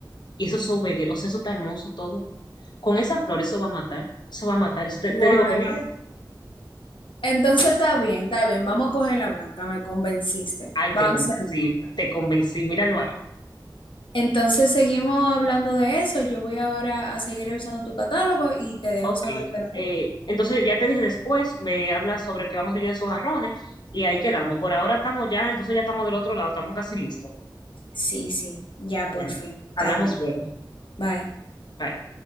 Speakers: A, on the left (about 60°); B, on the left (about 80°).
A: y eso es o sea, eso está hermoso todo, con esas flores eso va a matar, eso va a matar, eso te,
B: Bueno,
A: te digo que mira,
B: entonces está bien, está bien, vamos a coger la blanca, me convenciste,
A: Ay,
B: vamos
A: te convencí,
B: a ser blanca.
A: te convencí, míralo ahí.
B: Entonces seguimos hablando de eso, yo voy ahora a seguir revisando tu catálogo y te dejo
A: Ok,
B: saber de lo demás.
A: eh, entonces ya te dije después, me hablas sobre qué vamos a rellenar esos jarrones y ahí quedamos. Por ahora estamos ya, entonces ya estamos del otro lado, estamos casi listos.
B: Sí, sí, ya
A: Bueno,
B: por fin, está
A: hablamos
B: bien,
A: luego.
B: bye.
A: Bye.